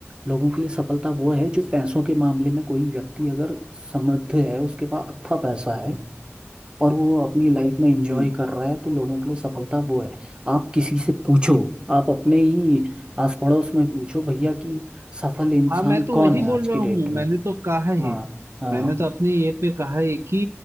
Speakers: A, on the right (about 20°); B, on the right (about 65°).
A: लोगों के लिए सफलता वो है जो पैसों के मामले में कोई व्यक्ति अगर समृद्ध है उसके पास अच्छा पैसा है और वो अपनी लाइफ में एंजॉय
B: हम्म।
A: कर रहा है तो लोगों के लिए सफलता वो है आप किसी से पूछो आप अपने ही आस पड़ोस में पूछो भैया कि सफल इंसान
B: हाँ मैं तो
A: कौन
B: वही
A: है
B: बोल
A: आज की
B: रहा हूँ
A: डेट में
B: मैंने तो कहा है
A: हाँ हाँ
B: मैंने तो अपने ये पे कहा है कि